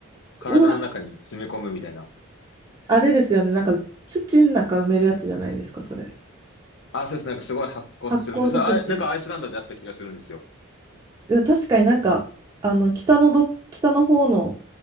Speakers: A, on the left; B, on the right.
A: 体の中に詰め込むみたいな。
B: うわあれですよね。なんか土の中埋めるやつじゃないですか、それ。
A: あ、そうです。なんかすごい発酵させるみたいです。
B: 発酵させて。
A: それあ、なんかアイスランドであった気がするんですよ。
B: いや、確かになんか、あの、北のど、北の方の